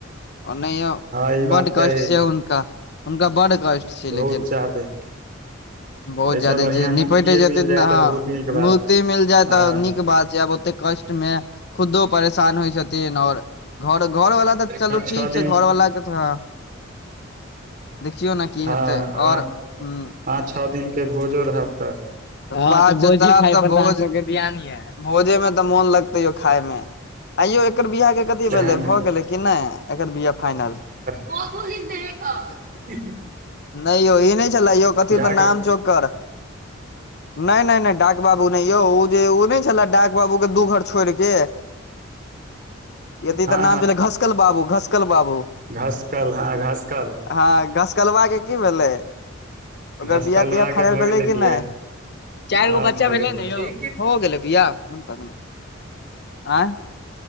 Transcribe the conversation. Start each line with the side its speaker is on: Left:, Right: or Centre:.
Left: ओनायो
Right: हँ ई बात
Left: बढ़ कष्ट
Right: तऽ अइ
Left: छै हुनका हुनका बढ़ कष्ट छै
Right: बहुत
Left: लेकिन।
Right: जादे
Left: <inaudible> बहुत
Right: एहिसँ
Left: जायदा
Right: बढ़िआँ
Left: निपट
Right: मुक्तिए
Left: जेतै
Right: मिल जाय
Left: हँ
Right: तऽ बहुत नीक बात
Left: मूकर्ति मिल जाय
Right: हँ
Left: तऽ नीक बात छै आब ओते कष्ट। मे खुदो परेशान होइ छथिन आओर। घर घरवाला तऽ चलु
Right: पाँच
Left: ठीक
Right: छओ दिन
Left: छै घरवलाक के थऽ। देखियौ न की
Right: हँ
Left: हेतै आओर
Right: पाँच
Left: हुँ।
Right: पाँच छ दिनके भोजो रहत तऽ।
Left: हँ भोजे भोजे मे तऽ मोन लगतै यौ खाय मे। आइयौ एकर बिआह कथी
Right: सएह
Left: भेलै
Right: ने
Left: भऽ गेलै कि नै एकर बिआह फाइनल।
Right: कोथू लिखदै है क
Left: नै यौ ई नै छलए यौ कथी
Right: डाक
Left: त नाम छै ओकर। नै नै नै डाक बाबू नै यौ ओ जे ओ नै छलय डाक बाबूके दू घर छोड़ केऽ। यदि
Right: हँ
Left: तऽ नाम छलै घसकल बाबू घसकल बाबू।
Right: घासकल्हा घासकल।
Left: हँ घसकलवा के की भेलै ओकर
Right: घसकलुआ
Left: बिया तिया
Right: के
Left: फैनल
Right: भऽ
Left: भेलै
Right: गेलै
Left: कि
Right: बियाह
Left: नै। चार
Right: हँ
Left: गो बच्चा
Right: भऽ
Left: भेलै
Right: गेलै
Left: ने यौ हो गेलै बियाह मन <unintelligible> आँय